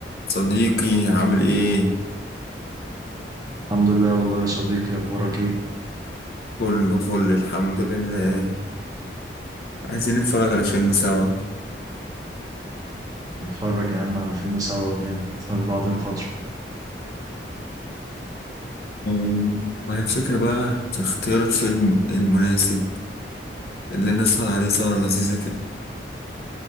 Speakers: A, on the left; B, on the right.
A: صديقي عامل ايه؟
B: الحمد لله والله يا صديقي أخبارك إيه؟
A: كله فل الحمد لله عايزين نتفرج على فيلم سوا
B: نتفرج يا عم على فيلم سوا ومال شفنا لبعض من فترة
A: أمم، ما هي الفكرة بقى في اختيار الفيلم المناسب اللي نسهر عليه سهرة لذيذة كده